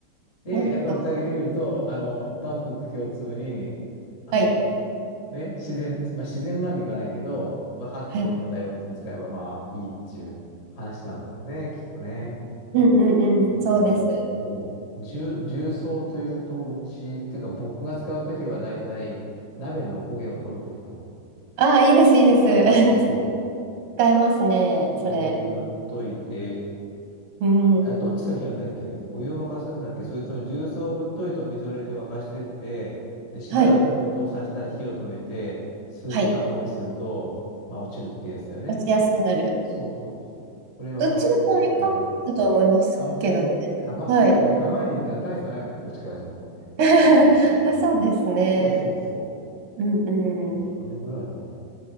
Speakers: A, on the left; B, on the right.
A: で、
B: なんか、
A: やっぱり蓋開けてみると、あの、万国共通に、あの、
B: はい、
A: ね、自然、まあ、自然までいかないけど、分かっているものだよっていうのを使えば、
B: はい。
A: まあいいっていう話なんだろうね、きっとね。
B: うんうんうん、
A: ねえ、
B: そうです。
A: そう、重、重曹というと、うち、っていうか僕が使うときはだいたい鍋のおこげを取るときかな。
B: ああ、いいです、いいです。<laughs>
A: ね、そ
B: 使えますね、
A: う。重曹を振っといて、
B: それ。うん。
A: あ、どっち先やるんだっけお湯を沸かすんだっけそれとも重曹を振っといてお水を入れて沸かしてって、で、しばらく沸騰させたら火を止めて、
B: はい、
A: 数時間放置すると、
B: はい。
A: まあ落ちるっていうやつだよね。
B: 落ちやすくなる。
A: そうそうそう。それはたまにやる。
B: どっちでも良かったと思いますけどね。
A: あ、本当にあ、まあそうだよね。
B: はい。
A: 考えてみたら大差ないもんね。どっちから始めてもね。
B: <laughs> あそうですね。
A: なるほどね。そうそうそう。
B: うん
A: そう、
B: うん。
A: それぐらいかな。